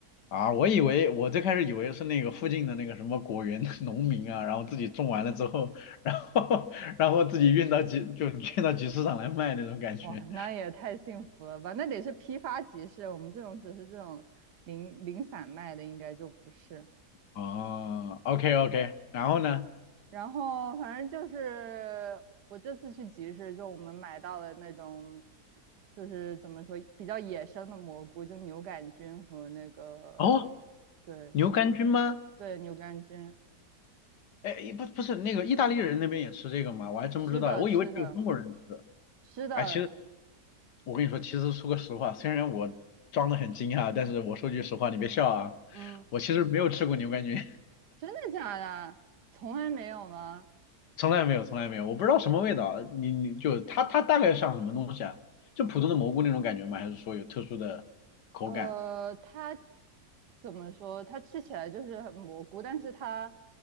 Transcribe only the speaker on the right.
哇，那也太幸福了吧？那得是批发集市，我们这种只是这种零零散卖的，应该就不是。
然后反正就是我这次去集市，就我们买到了那种，就是怎么说比较野生的蘑菇，就牛肝菌和那个，
对
对，牛肝菌，
吃的吃的
吃的，
嗯，
真的假的？从来没有吗？
呃，它怎么说？它吃起来就是很蘑菇，但是它